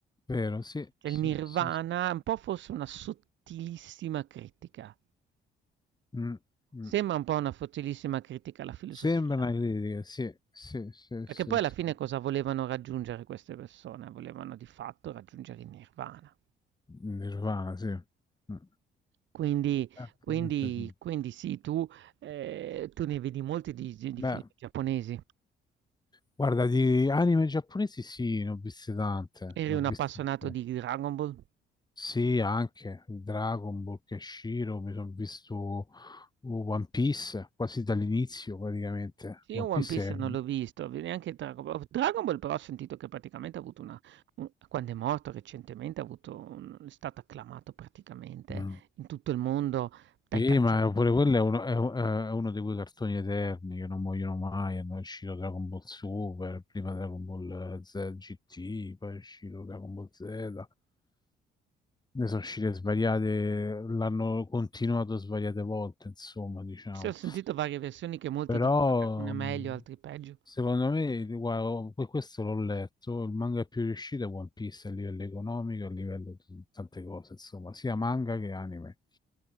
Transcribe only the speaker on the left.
vero, sì,
sì,
sì. sì.
Mm, mm.
Sembra una critica, sì, sì, sì,
sì,
sì.
Nirvana, sì. Mm.
Eh, probabilmente
sì.
Beh,
guarda, di anime giapponesi sì, ne ho viste tante,
ne
ho viste
un po'.
Sì, anche Dragon Ball, Kenshiro, mi sono visto One Piece quasi dall'inizio praticamente.
One
Piece
è...
Mm.
Sì,
ma pure quello è uno, è u- è uno di quei cartoni eterni che non muoiono mai. È uscito Dragon Ball Super, prima Dragon Ball Z GT, poi è uscito Dragon Ball Z. Ne sono uscite svariate, l'hanno continuato svariate volte, insomma, diciamo.
Però,
mh,
secondo me, guarda, que- questo l'ho letto, il manga più riuscito è One Piece a livello economico, a livello di tante cose, insomma, sia manga che anime.